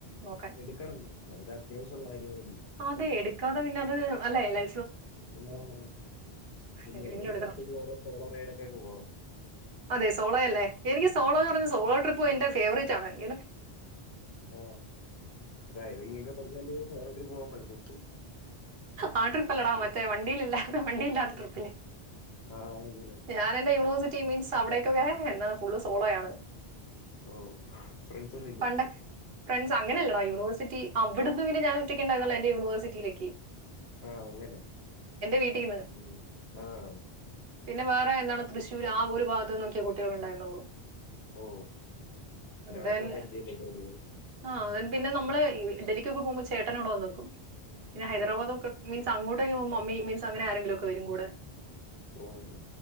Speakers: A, on the right; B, on the left.
A: നോക്കാൻ
B: എടുക്കണം അതൊക്ക അത്യാവശ്യം ഒള്ള കാര്യങ്ങൾ അല്ലെ
A: അതേ എടുക്കാതെ പിന്നെ അത് അല്ലെ ലൈ
B: <unintelligible> പിന്നെ
A: എങ്ങനെങ്കിലും എടുക്കണം
B: ഒറ്റയ്ക്ക് ഓരോ സോളോ റൈഡോക്കെ അങ്ങ് പോണം.
A: അതെ സോളോയല്ലേ എനിക്ക് സോളോ എന്ന് പറഞ്ഞ സോളോ ട്രിപ്പ് എന്റെ ഫേവറേറ്റ് ആണ്. അയ്യടാ
B: ഓ ഡ്രൈവിംഗ് ഒക്കേ പഠിച്ചാലല്ലെ സോളോ ട്രിപ്പ്‌ പോവാൻ പറ്റത്തോളു.
A: ആ ട്രിപ്പ് അല്ലടാ മറ്റേ വണ്ടീലല്ലാത്ത വണ്ടി ഇല്ലാത്ത ട്രിപ്പില്ലേ
B: ആഹ് അങ്ങനെ
A: ഞാൻ എന്റെ യൂണിവേഴ്സി റ്റി മീൻസ് അവിടേക്കൊക്കെ എന്താണ് ഫുള് സോളോയാണ്.
B: ഓ ഫ്രണ്ട്സ്‌ ഒന്നുവില്ലേ?
A: പണ്ട് ഫ്രണ്ട്സ് അങ്ങനെയല്ലടാ യൂണേഴ്സിറ്റി അവിടുന്ന് പിന്നെ ഞാൻ ഒറ്റക്കുണ്ടായിരുന്നുള്ളൂ എന്റെ യൂണേഴ്സ് റ്റിയിലേക്ക്
B: ആഹ് അങ്ങനെ
A: വീട്ടീന്ന്.
B: ഉം ആഹ്
A: പിന്നെ വേറെ എന്താണ് തൃശ്ശൂര് ആ ഒരു ഭാഗത്ത് നിന്നൊക്കെയേ കുട്ടികള് ഉണ്ടായിരുന്നുള്ളൂ.
B: ഓ പിന്നെ അവിടെ
A: ദെൻ
B: പോയി പരിചയപെട്ട് അല്ലെ
A: ആ ദെൻ പിന്നെ നമ്മള് ഈ ഡല്ലിക്കൊക്കെ പോകുമ്പോ ചേട്ടനവിടെ വന്ന് നിക്കും. പിന്നെ ഹൈദരാബാദ്
B: ആഹ്
A: ഒക്കെ മീൻസ് അങ്ങോ ട്ടൊക്കെ പോകുമ്പോ മമ്മി മീൻസ് അങ്ങനെ ആരെങ്കിലും ഒക്കെ വരും കൂടെ
B: ഓഹ്